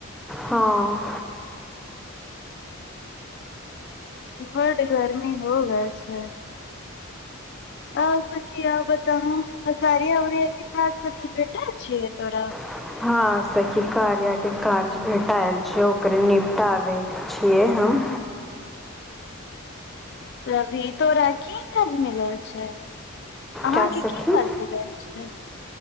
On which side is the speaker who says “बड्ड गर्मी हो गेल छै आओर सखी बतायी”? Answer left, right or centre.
Left